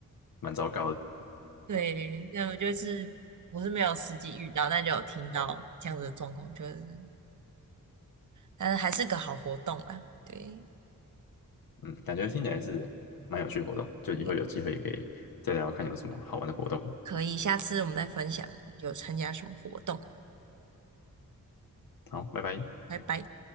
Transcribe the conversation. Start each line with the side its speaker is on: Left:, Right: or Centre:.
Left: 蛮糟糕的。
Right: 对，那我就是我是没有实际遇到，但就有听到这样子的状况，就是但是还是个好活动啦。对，
Left: 嗯，感觉听起来是蛮有趣的活动，就以后有机会也可以再聊看有什么好玩的活动。
Right: 也可以，下次我们再分享有参加什么活动。
Left: 好，拜拜。
Right: 拜拜。